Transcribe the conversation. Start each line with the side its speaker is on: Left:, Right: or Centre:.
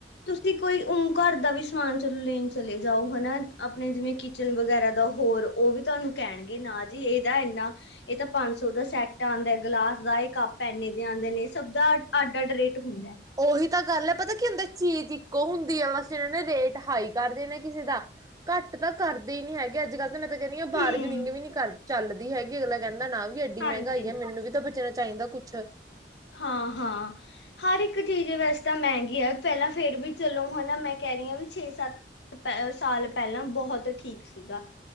Left: ਤੁਸੀਂ ਕੋਈ ਉਂ ਘਰ ਦਾ ਵੀ ਸਮਾਨ ਚਲੋ ਲੇਣ ਚਲੇ ਜਾਓ ਹਨਾ ਆਪਣੇ ਜਿਵੇਂ ਕਿ। ਕਿਚਨ ਵਗੈਰਾ ਦਾ ਹੋਰ ਉਹ ਵੀ ਤੁਹਾਨੂੰ ਕਹਿਣਗੇ ਨਾ ਜੀ ਇਹਦਾ ਇੰਨਾ। ਇਹ ਤਾਂ ਪੰਜ ਸੌ ਦਾ ਸੈੱਟ ਆਂਦੈ ਗਲਾਸ ਦਾ ਇਹ ਕਪ ਏਨੇ ਦੇ ਆਂਦੇ ਨੇ ਸਭ ਦਾ ਅੱਡ ਅੱਡ ਰੇਟ ਹੁੰਦੈ।
Right: ਉਹੀ ਤਾਂ ਗੱਲ ਐ ਪਤਾ ਕੀ ਹੁੰਦੈ ਚੀਜ਼ ਇੱਕੋ ਹੁੰਦੀ ਹੈ ਬਸ ਇਹਨਾਂ ਨੇ ਰੇਟ ਹਾਈ ਕਰ ਦੇਣਾ ਕਿਸੇ ਦਾ। ਘੱਟ ਤਾਂ ਕਰਦੇ ਈ ਨੀ ਹੈਗੇ ਅੱਜ ਕੱਲ੍ਹ। ਤੇ ਮੈਂ ਤਾਂ ਕਹਿ ਰਹੀ ਹਾਂ ਬਾਰਗਨਿੰਗ
Left: ਹੂੰ
Right: ਨੀ ਕਰ ਚੱਲਦੀ ਹੈਗੀ ਅਗਲਾ ਕਹਿੰਦਾ ਨਾ ਵੀ ਐਡੀ
Left: ਹਾਂਜੀ
Right: ਮਹਿੰਗਾਈ ਹੈ ਮੈਨੂੰ ਵੀ ਤਾਂ ਬੱਚੇ। ਬਚਣਾ ਚਾਹੀਦਾ ਕੁਛ।
Left: ਹਾਂ। ਹਾਂ। ਹਰ ਇੱਕ ਚੀਜ਼ ਵੈਸ ਤਾਂ ਮਹਿੰਗੀ ਐ ਪਹਿਲਾਂ ਫੇਰ ਵੀ ਚਲੋ। ਹਨਾ ਮੈਂ ਕਹਿ ਰਹੀ ਆਂ ਵੀ ਛੇ ਸੱਤ ਸਾਲ ਪਹਿਲਾਂ ਬਹੁਤ ਠੀਕ ਸੀਗਾ।